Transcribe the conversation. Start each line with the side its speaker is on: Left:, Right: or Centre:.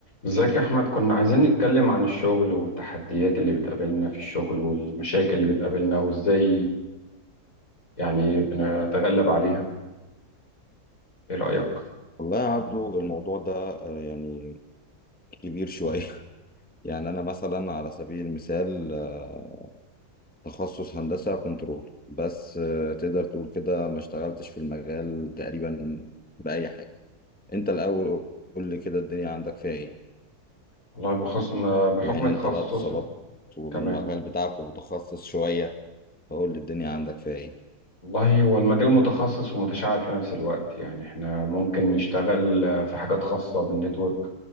Left: ازيك يا احمد كنا عايزين نتكلم عن الشغل والتحديات اللي بتقابلنا في الشغل والمشاكل اللي بتقابلنا وازاي يعني بنتغلب عليها ايه رأيك
Centre: والله يا عبدو الموضوع ده آه، يعني كبير شوية <laughs> يعني أنا مثلا على سبيل المثال آه، تخصص هندسة كنترول بس آه، تقدر تقول كده ما اشتغلتش في المجال تقريبا بأي حاجة أنت الأول قول لي كده الدنيا عندك فيها إيه
Left: والله بخص... بحكم
Centre: بما إن
Left: تخصصي
Centre: أنت بقى اتصالات والمجال
Left: تمام
Centre: بتاعك متخصص شوية فقول لي الدنيا عندك فيها إيه
Left: والله هو المجال متخصص ومتشعب في نفس الوقت يعني احنا ممكن نشتغل في حاجات خاصة بالنتورك